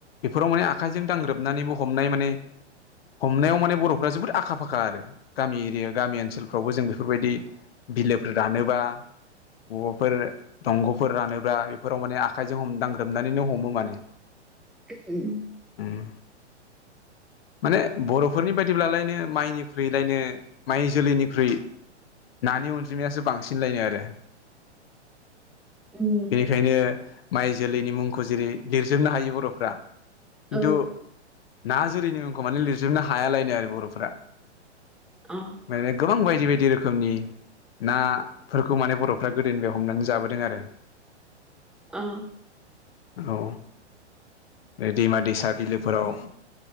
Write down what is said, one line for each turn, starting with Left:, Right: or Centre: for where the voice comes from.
Left: बेफोराव माने आखाइजों दांग्रोमनानै बो हमनाय माने हमनायाव माने बर'फ्रा जोबोद आखा फाखा आरो गामि एरिया गामि ओनसोल फ्रावबो जों बेफोरबायदि बिलोफोर रानोबा बबाफोर दंग'फोर रानोब्ला बेफोराव माने आखाइजों हमदांग्रोमनानैनो हमो माने।
Centre: <unintelligible>
Left: उम माने बर'फोरनि बायदिब्लालायनो माइनिख्रुइलायनो माइ जोलैनिख्रुइ नानि अनजिमायासो बांसिन लायनो आरो।
Centre: उम
Left: बेखायनो माइ जोलैनि मुंखौ जेरै लिरजोबनो हायो बर'फ्रा खिन्थु।
Centre: औ
Left: ना जुरैनि मुंखौ माने लिरजोबनो हायालायनो आरो बर'फोरा
Centre: अ
Left: माने गोबां बायदि बायदि रोखोमनि ना फोरखौ माने बर'फ्रा गोदोनिफ्राय हमनानै जाबोदों आरो
Centre: अ
Left: औ बे दैमा दैसा बिलोफोराव